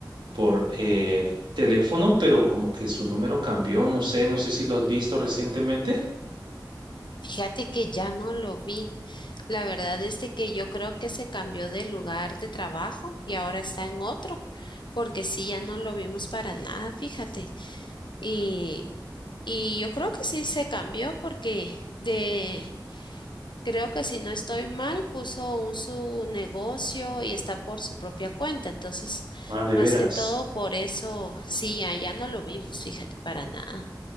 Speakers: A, on the right (about 85°); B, on the left (about 80°).
A: por eh, teléfono, pero como que su número cambió, no sé, no sé si lo has visto recientemente.
B: Fíjate que ya no lo vi. La verdad es de que yo creo que se cambió de lugar de trabajo y ahora está en otro, porque sí, ya no lo vimos para nada, fíjate. Y, y yo creo que sí se cambió porque de, Creo que si no estoy mal, puso un su negocio y está por su propia cuenta. Entonces,
A: Ah, de
B: más
A: veras.
B: que todo por eso, sí, ya, ya no lo vimos, fíjate, para nada.